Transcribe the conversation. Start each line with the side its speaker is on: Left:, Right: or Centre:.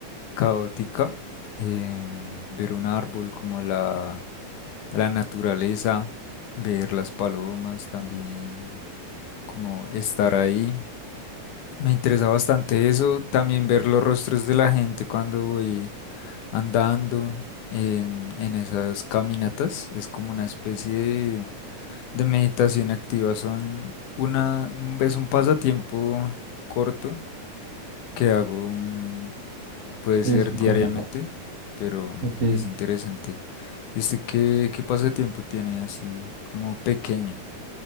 Left: caótica, eh, ver un árbol como la, la naturaleza, ver las palomas también, como estar ahí. Me interesa bastante eso, también ver los rostros de la gente cuando voy andando en, en esas caminatas. Es como una especie de, de meditación activa. Son una, un- es un pasatiempo corto que hago, mm, puede ser
Right: De vez en
Left: diariamente,
Right: cuando.
Left: pero mm,
Right: ok.
Left: es interesante. ¿Y usted qué, qué pasatiempo tiene así como pequeño?